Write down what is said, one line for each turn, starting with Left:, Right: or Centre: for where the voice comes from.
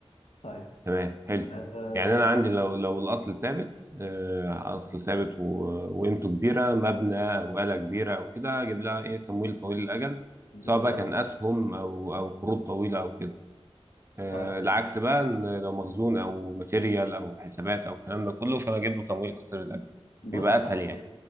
Left: طيب
Right: تمام حلو
Left: آه
Right: يعني انا عندي لو لو الاصل ثابت آه، اصل ثابت و- وقيمته كبيره مبنى او آلة كبيره او كده اجيب لها ايه تمويل طويل الاجل
Left: بالظبط
Right: سواء بقى كان اسهم او او قروض طويله او كده آه،
Left: طيب
Right: العكس بقى ان لو مخزون او ماتيريال او حسابات او الكلام ده كله فانا اجيب له تمويل قصير الاجل
Left: بص
Right: بيبقى اسهل
Left: اصل
Right: يعني